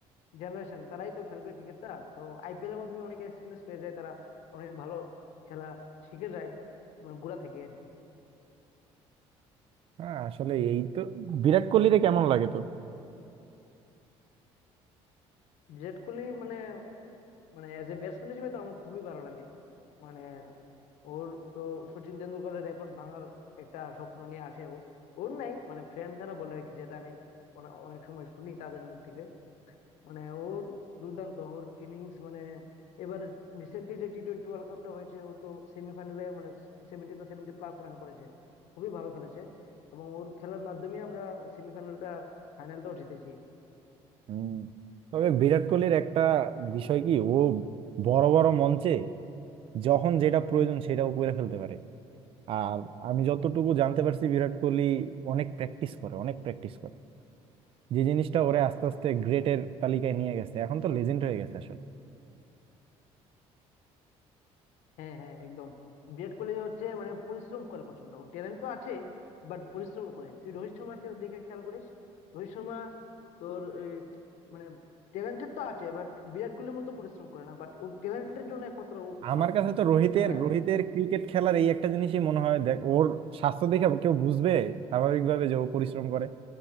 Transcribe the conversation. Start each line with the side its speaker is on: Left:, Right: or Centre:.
Left: জেনারেশন তারাই তো খেলবে ক্রিকেটটা তো আইপিএল এর মাধ্যমে অনেক এক্সপিরিয়েন্স পেয়ে যায় তারা অনেক ভালো খেলা শিখে যায় মানে গোড়া থেকে আর কি
Right: হ্যাঁ আসলে এই তো বিরাট কোহলিরে কেমন লাগে তোর
Left: বিরাট কোহলি মানে মানে অ্যাজ এ ব্যাটসম্যান হিসেবে তো আমার খুবই ভালো লাগে মানে ওর তো সচিন তেন্ডুলকরের রেকর্ড ভাঙার একটা স্বপ্ন নিয়ে আছে ও ওর নাই মানে ফ্রেন্ড তারা বলে আর কি যেটা আমি অনে- অনেক সময় শুনি তাদের মুখ থেকে মানে ওর দুর্দান্ত ওর কিনিংস মানে এবার রিসেন্টলি যে টি টোয়েন্টি ওয়ার্ল্ড কাপটা হয়েছে ও তো সেমিফাইনালে মানে সেভেন্টি না সেভেন্টি প্লাস রান করেছে খুবই ভালো খেলেছে এবং ওর খেলার মাধ্যমে আমরা সেমিফাইনালটা ফাইনালটাও জিতেছি
Right: হুম তবে বিরাট কোহলির একটা বিষয় কি ও বড় বড় মঞ্চে যখন যেটা প্রয়োজন সেটাও করে ফেলতে পারে আর আমি যতটুকু জানতে পারছি বিরাট কোহলি অনেক প্র্যাকটিস করে অনেক প্র্যাকটিস করে যে জিনিসটা ওরে আস্তে আস্তে গ্রেটের তালিকায় নিয়ে গেছে এখন তো লেজেন্ড হয়ে গেছে আসলে
Left: হ্যাঁ হ্যাঁ একদম বিরাট কোহলি হচ্ছে মানে পরিশ্রম করে প্রচন্ড ওর ট্যালেন্ট তো আছে বাট পরিশ্রম করে তুই রোহিত শর্মাকে দিকে খেয়াল করিস রোহিত শর্মা তোর এই, মানে ট্যালেন্টেড তো আছে বাট বিরাট কোহলির মতো পরিশ্রম করে না বাট ওর ট্যালেন্টের জন্য একমাত্র ও
Right: আমার
Left: ভালো
Right: কাছে
Left: খেলে
Right: তো রোহিতের
Left: মানে
Right: রোহিতের ক্রিকেট খেলার এই একটা জিনিসই মনে হয় দেখ ওর স্বাস্থ্য দেখে কেউ বুঝবে স্বাভাবিকভাবে যে ও পরিশ্রম করে